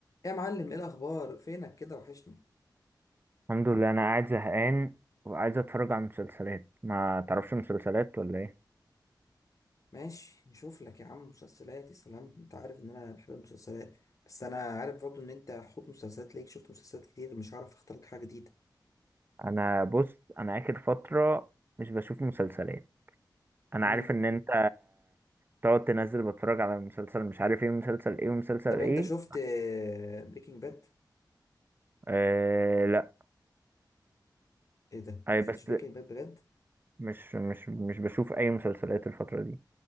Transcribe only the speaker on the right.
الحمد لله انا قاعد زهقان وعايز اتفرج على مسلسلات ما تعرفش مسلسلات ولا ايه
انا بص انا اخر فتره مش بشوف مسلسلات انا
عارف ان انت تقعد تنزل بتفرج على مسلسل مش عارف ايه مسلسل ايه ومسلسل
ايه
آه لا
اي
بس
مش مش مش بشوف اي مسلسلات الفتره دي